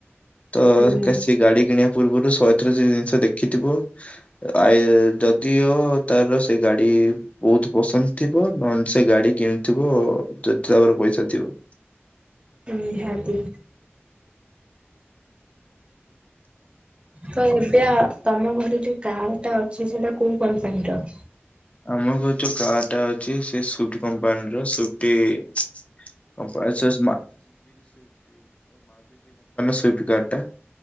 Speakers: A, on the left; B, on the right.
A: ତ
B: ହୁଁ
A: ସେ ଗାଡି କିଣିବା ପୂର୍ବରୁ ସ ପ୍ର ସେ ଜିନିଷ ଦେଖିଥିବ ଆ ଯଦିଓ ତାର ସେ ଗାଡି ବହୁତ ପସନ୍ଦ ଥିବ ନହେଲେ ସେ ଗାଡି କିଣିଥିବ ଯଦି ତାାବରେ ପଇସା ଥିବ
B: ନିହାତି। ତ ଏବେ ତମ ଘରେ ଯୋଉ କାର ଟା ଅଛି ସେଟା କୋଉ କମ୍ପାନୀର?
A: ଆମ ଘର ଯୋଉ କାର୍ ଟା ଅଛି ସେ ସୁଫ୍ଟି କମ୍ପାନୀର ସୁଫ୍ଟି। <unintelligible> କମ୍ପାନୀର ସୁିଫ୍ଟ କାର୍ଡ ଟା